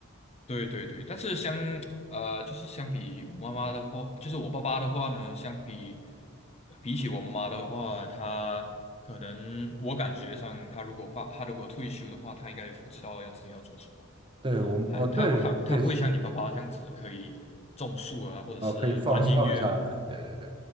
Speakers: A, on the left; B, on the right.
A: 对对对，但是相呃，就是相比我妈妈的话，就是我爸爸的话呢，相比比起我妈妈的话，他可能我感觉上，他如果话，他如果退休的话，他应该也不知道要自己要做什么吧
B: 对，我们哦，
A: 他他他他不会像你爸爸这样子可以种树啊，
B: 对，类似
A: 或者是玩音乐啊，
B: 啊，可以放放下来，对对对，